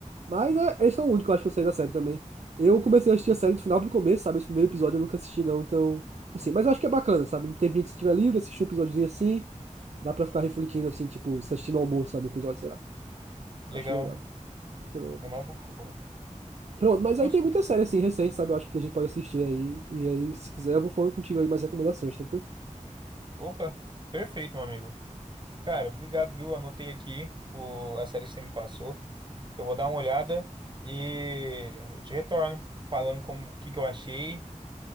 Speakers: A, on the right; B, on the right.
A: Mas é,
B: ah,
A: esse é o único, eu acho que eu saí da série também. Eu comecei a assistir a série do final pro começo, sabe? Esse primeiro episódio eu nunca assisti, não. Então, assim, mas eu acho que é bacana, sabe? Um tempinho que você tiver livre, assistir um episódiozinho assim, dá pra ficar refletindo, assim, tipo, se assistindo ao almoço, sabe? Episódio, sei lá.
B: legal.
A: Acho legal. Pronto.
B: É uma boa, pô.
A: Pronto, mas
B: Nossa.
A: aí tem muita série, assim, recente, sabe? Eu acho que a gente pode assistir aí. E aí, se quiser, eu vou falando contigo aí mais recomendações, tá tranquilo?
B: Opa, perfeito, meu amigo. Cara, obrigado, viu? Anotei aqui o, a série que você me passou. Eu vou dar uma olhada e eu te retorno falando como o que que eu achei.